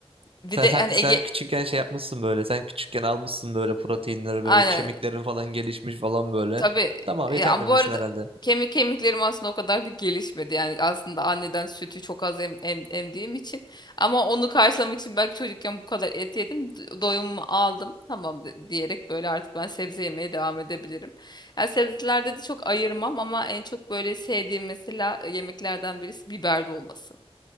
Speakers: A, on the left (about 40°); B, on the right (about 60°).
A: bir
B: Sen,
A: de
B: sen,
A: hani
B: sen, sen
A: Ege
B: küçükken şey yapmışsın böyle. Sen küçükken almışsın böyle proteinleri böyle
A: aynen
B: kemiklerin falan gelişmiş falan böyle.
A: Tabii
B: Tamam
A: e,
B: yeter
A: ya
B: demesin
A: bu arada
B: herhalde.
A: kemik kemiklerim aslında o kadar da gelişmedi. Yani aslında anneden sütü çok az em, em- emdiğim için ama onu karşılamak için belki çocukken bu kadar et yedim. d- Doyumumu aldım. Tamam de- diyerek böyle artık ben sebze yemeye devam edebilirim. Yani sebzelerde de çok ayırmam ama en çok böyle sevdiğim mesela yemeklerden birisi biber dolması.